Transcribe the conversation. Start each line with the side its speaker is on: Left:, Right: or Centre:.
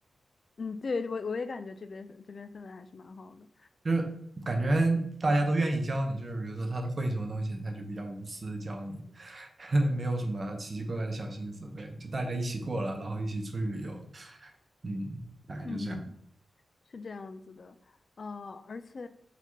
Left: 嗯，对我我也感觉这边这边氛围还是蛮好的，
Right: 就是感觉大家都愿意教你，就是比如说他会什么东西，他就比较无私教你，<laughs> 没有什么奇奇怪怪的小心思，对，就大家一起过了，然后一起出去旅游，嗯，大概就这样，
Left: 嗯，是这样子的，呃，而且